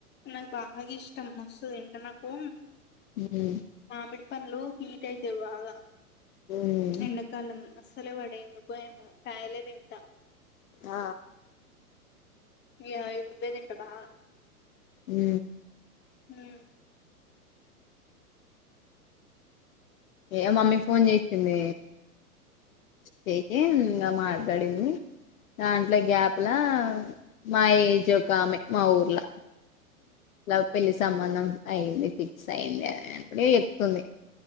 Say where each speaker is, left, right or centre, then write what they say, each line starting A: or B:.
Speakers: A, on the left (about 20°); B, on the left (about 60°).
A: నాకు బాగా ఇష్టం మస్తు తింటా నాకు
B: ఉమ్
A: మామిడి పండ్లు హీట్ అయితయి బాగా
B: ఉమ్
A: ఎండాకాలం అస్సలే పడేయి ఎందుకో ఏమో కాయలే తింటా
B: ఆ
A: యా ఇబ్బేదింటా బా
B: ఊ
A: ఊ
B: ఏ మమ్మీ ఫోన్ చేసింది చేసి ఇంగ మాటాడింది దాంట్లో గ్యాప్ ల మా ఏజ్ ఒక ఆమె మా ఊర్లా లా పెళ్లి సంబంధం అయ్యింది ఫిక్స్ అయ్యింది అని అప్పుడే చెప్తుంది